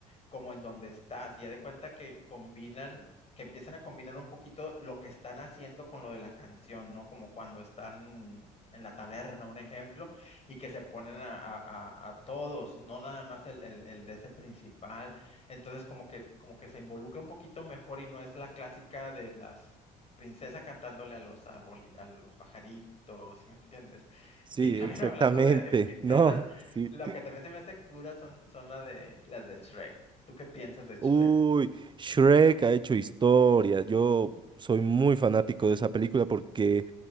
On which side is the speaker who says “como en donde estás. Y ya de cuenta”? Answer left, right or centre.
Left